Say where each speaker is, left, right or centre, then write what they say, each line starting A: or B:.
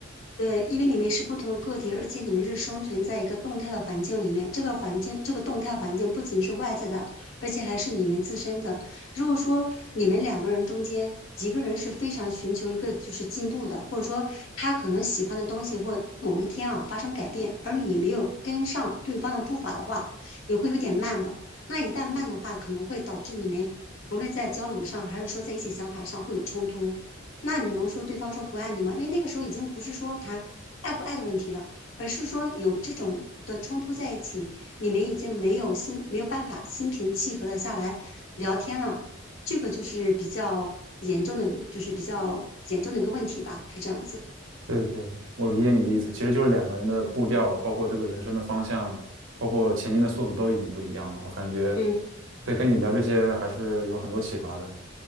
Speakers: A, on the left; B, on the right.
A: 对，因为你们是不同的个体，而且你们是生存在一个动态的环境里面。这个环境，这个动态环境不仅是外在的，而且还是你们自身的。如果说你们两个人中间一个人是非常寻求一个就是进步的，或者说他可能喜欢的东西或某一天啊发生改变，而你没有跟上对方的步伐的话，你会有点慢的。那一旦慢的话，可能会导致你们无论在交流上还是说在一些想法上会有冲突。那你能说对方说不爱你吗？因为那个时候已经不是说谈爱不爱的问题了，而是说有这种的冲突在一起，你们已经没有心，没有办法心平气和的下来聊天了，这个就是比较严重的，就是比较严重的一个问题吧，是这样子。
B: 对对对，我理解你的意思，其实就是两个人的步调，包括这个人生的方向，包括前进的速度都已经不一样了。我感觉，
A: 嗯。
B: 对，跟你聊这些还是有很多启发的。